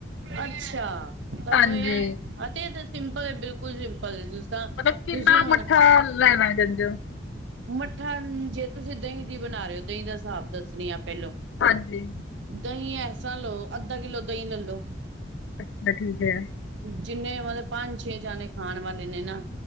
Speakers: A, on the right; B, on the left.
A: ਅੱਛਾ ਤੁਆਨੂੰ
B: ਹਾਂਜੀ
A: ਏ ਅਤੇ ਏ ਤੇ ਸਿੰਪਲ ਐ ਬਿਲਕੁਲ ਸਿੰਪਲ। ਤਰ੍ਹਾਂ
B: ਮਤਲਬ ਕਿੰਨਾ
A: ਤੁਸੀਂ ਹੁਣ
B: ਮੱਠਾ ਲੈਣਾ <unintelligible>
A: ਮੱਠਾ ਨ ਜੇ ਤੁਸੀਂ ਦਈ ਦੀ ਬਣਾ ਰੇ ਓ ਦਈ ਦਾ ਸਾਬ ਦੱਸਣੀ ਆ ਪੈਲੋ।
B: ਹਾਂਜੀ।
A: ਦਈ ਐਸਾ ਲਓ ਅੱਧਾ ਕਿੱਲੋ ਦਈ ਲੈਲੋ।
B: ਅੱਛਾ ਠੀਕ ਐ।
A: ਜਿੰਨੇ ਮਤਲਬ ਪੰਜ ਛੇ ਜਾਨੇ ਖਾਣ ਵਾਲੇ ਨੇ ਨਾ